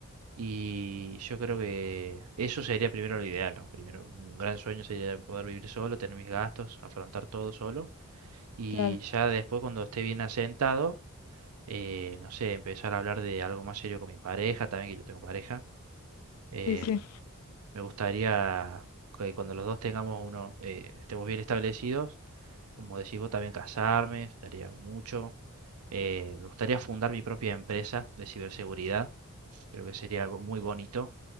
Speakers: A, on the right (about 80°); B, on the left (about 90°).
A: Y yo creo que eso sería primero lo ideal, ¿no? Primero, un gran sueño sería poder vivir solo, tener mis gastos, afrontar todo solo. Y
B: claro,
A: ya después, cuando esté bien asentado, eh, no sé, empezar a hablar de algo más serio con mi pareja, también que yo tengo pareja. Eh,
B: sí, sí,
A: me gustaría que cuando los dos tengamos uno, eh, estemos bien establecidos, como decís vos, también casarme, estaría mucho. Eh, me gustaría fundar mi propia empresa de ciberseguridad, creo que sería algo muy bonito